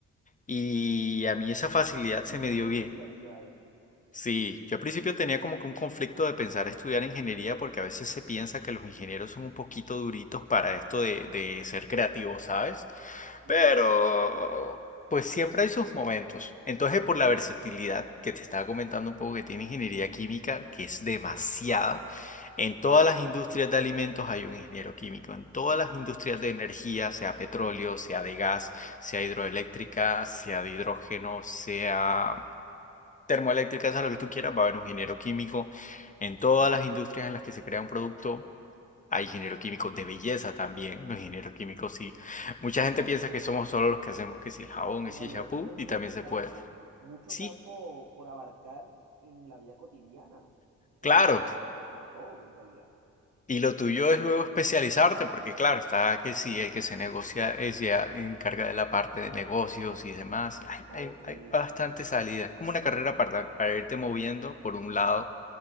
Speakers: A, on the left; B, on the right.
A: Y
B: está
A: a mí
B: muy
A: esa
B: bien.
A: facilidad se
B: Tienes
A: me dio
B: esa iniciativa
A: bien.
B: de...
A: Sí, yo al principio tenía como que un conflicto de pensar estudiar ingeniería porque a veces se piensa que los ingenieros son un poquito duritos para esto de, de ser creativos, ¿sabes?
B: Ujú.
A: Pero, pues siempre hay sus momentos. Entonces, por la versatilidad que te estaba comentando un poco que tiene ingeniería química, que es demasiada, en todas las industrias de alimentos hay un ingeniero químico, en todas las industrias de energía, sea petróleo, sea de gas, sea hidroeléctrica, sea de hidrógeno, sea termoeléctrica, sea lo que tú quieras, va a haber un ingeniero químico. En todas las industrias en las que se crea un producto. Hay ingeniero químico de belleza también, los ingenieros químicos sí. Mucha gente piensa que somos solo los que hacemos que si el jabón,
B: sea, en
A: que si
B: realidad
A: el champú
B: tiene mucho
A: y también se
B: campo,
A: puede.
B: mucho
A: Sí,
B: campo por abarcar en la vida cotidiana, en,
A: claro.
B: en- en todo, en realidad.
A: Y lo tuyo es luego especializarte, porque claro, está que sí, el que se negocia, es ya encarga de la parte de negocios y demás. Hay,
B: Ok,
A: hay, hay bastante
B: ok.
A: salida. Es como una carrera para, para irte moviendo por un lado